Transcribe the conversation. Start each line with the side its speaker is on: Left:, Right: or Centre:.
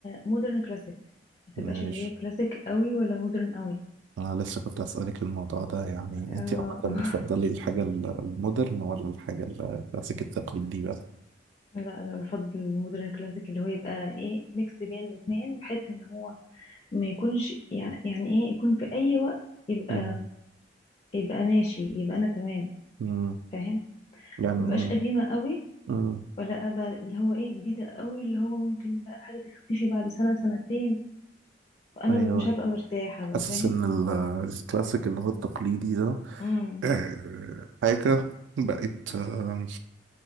Left: مودرن كلاسيك ما
Right: ماشي
Left: تبقاش اللي هي كلاسيك قوي ولا مودرن قوي
Right: انا لسه كنت اسالك الموضوع ده يعني
Left: آه
Right: انت عامه
Left: <laughs>
Right: بتفضلي الحاجه ال- المودرن ولا الحاجه الكلاسيك التقليدي بقى
Left: لا لا بفضل المودرن كلاسيك اللي هو يبقى ايه ميكس بين الاثنين بحيث ان هو ما يكونش يعني يعني ايه يكون في اي وقت يبقى
Right: امم
Left: يبقى ماشي يبقى انا تمام
Right: امم
Left: فاهم
Right: يعني
Left: ما بقاش قديمه قوي
Right: امم
Left: ولا ابقى اللي هو ايه جديده قوي اللي هو ممكن بقى الحاجه تختفي بعد سنه سنتين وانا
Right: ايوه
Left: مش هبقى مرتاحه بقى
Right: حاسس
Left: فاهم
Right: ان ال- الكلاسيك اللي هو التقليدي ده
Left: امم
Right: آه، حاجه بقت آه،